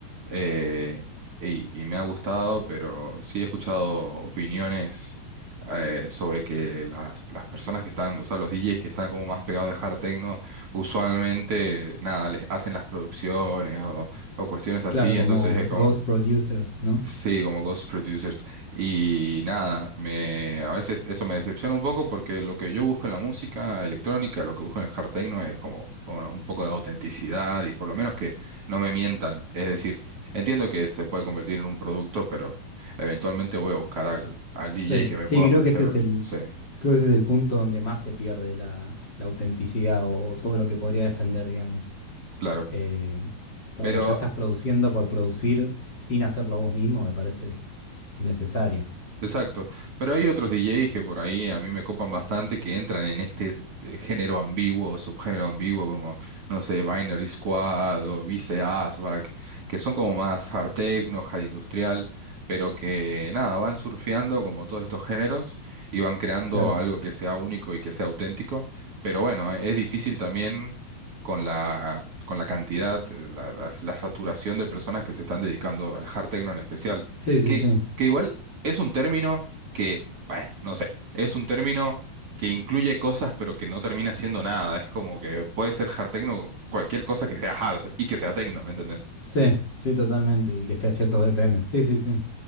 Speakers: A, on the right; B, on the left.
A: eh, y, y me ha gustado, pero sí he escuchado opiniones eh, sobre que las, las personas que están, o sea, los DJs que están como más pegados de hard techno, usualmente, nada, les hacen las producciones o, o cuestiones así,
B: Claro,
A: entonces
B: como
A: es como,
B: Ghost Producers, ¿no?
A: Sí, como Ghost Producers. Y nada, me, a veces eso me decepciona un poco porque lo que yo busco en la música electrónica, lo que busco en el hard techno es como un, un poco de autenticidad y por lo menos que no me mientan. Es decir, entiendo que se puede convertir en un producto, pero eventualmente voy a buscar al, al DJ
B: Sí,
A: que me
B: sí,
A: pueda ofrecer.
B: creo que ese es el,
A: Sí,
B: creo que ese es el punto donde más se pierde la, la autenticidad o todo lo que podría defender, digamos.
A: claro.
B: Eh, cuando
A: Pero
B: ya estás produciendo por producir sin hacerlo vos mismo, me parece innecesario.
A: Exacto, pero hay otros DJs que por ahí a mí me copan bastante que entran en este eh, género ambiguo o subgénero ambiguo como, no sé, Binary Squad o Vice Asbak, que son como más hard techno, hard industrial, pero que nada, van surfeando como todos estos géneros y van creando
B: Claro.
A: algo que sea único y que sea auténtico, pero bueno, eh, es difícil también con la, con la cantidad, eh, la, la la saturación de personas que se están dedicando al hard techno en especial.
B: Sí, sí,
A: que
B: sí.
A: que igual es un término que, bueno, no sé, es un término que incluye cosas pero que no termina siendo nada. Es como que puede ser hard techno cualquier cosa que sea hard y que sea techno, ¿me entendés?
B: Sí, sí, totalmente. Y que esté a ciertos BPM. Sí, sí, sí.